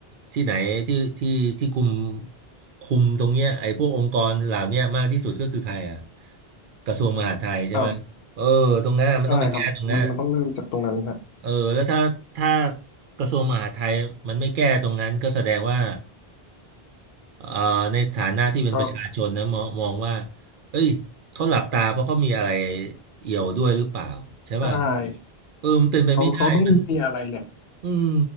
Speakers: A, on the right; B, on the left.
A: ที่ไหนที่ที่ที่คุมคุมตรงเนี้ยไอ้พวกองค์กรเหล่าเนี้ยมากที่สุดก็คือใครอ่ะกระทรวงมหาดไทยใช่ไหมเออตรงนั้นมันต้องไปแก้ตรงนั้น
B: ครับใช่ครับมันมันต้องเริ่มจากตรงนั้นฮะ
A: เออแล้วถ้าถ้ากระทรวงมหาดไทยมันไม่แก้ตรงนั้นก็แสดงว่า เอ่อในฐานะที่เป็นประชาชนนะมองมองว่า
B: ก็
A: เอ้ยเขาหลับตาเพราะเขามีอะไรเอี่ยวด้วยหรือเปล่าใช่ป่ะ
B: ใช่
A: เออมันเป็นไปไม่ได้มัน
B: เขาเขาต้องมีอะไรแหละ
A: อืม